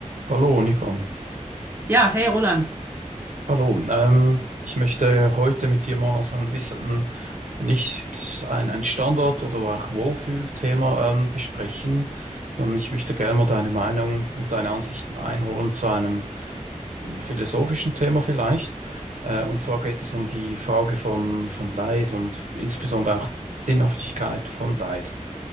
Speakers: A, on the right (about 70°); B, on the right (about 20°).
A: Hallo, Nico.
B: Ja, hey Roland.
A: Hallo. Ähm, ich möchte heute mit dir mal so ein bisschen nicht ein, ein Standard- oder auch Wohlfühlthema ähm, besprechen, sondern ich möchte gerne mal deine Meinung und deine Ansichten einholen zu einem mm, philosophischen Thema vielleicht. Äh, und zwar geht es um die Frage von, von Leid und insbesondere auch Sinnhaftigkeit von Leid.